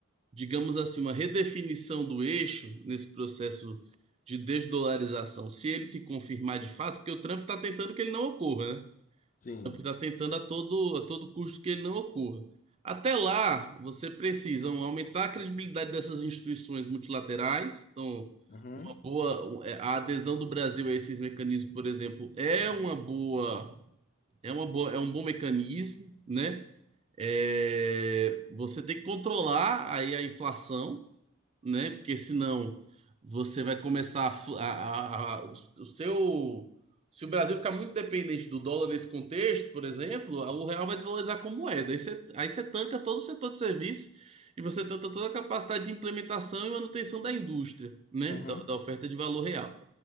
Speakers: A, on the right; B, on the left.
A: digamos assim, uma redefinição do eixo nesse processo de desdolarização, se ele se confirmar de fato, porque o Trump está tentando que ele não ocorra, né?
B: sim.
A: O Trump está tentando a todo, a todo custo que ele não ocorra. Até lá, você precisa um, aumentar a credibilidade dessas instituições multilaterais. Então,
B: Uhum,
A: uma boa, um, é, a adesão do Brasil a esses mecanismos, por exemplo, é uma boa, é uma boa, é um bom mecanismo, né? É, você tem que controlar aí a inflação, né? Porque senão você vai começar a, fu- a- a- a- o seu se o Brasil ficar muito dependente do dólar nesse contexto, por exemplo, o real vai desvalorizar como moeda. Aí você, aí você tanca todo o setor de serviço e você tanca toda a capacidade de implementação e manutenção da indústria, né?
B: uhum.
A: Da, da oferta de valor real.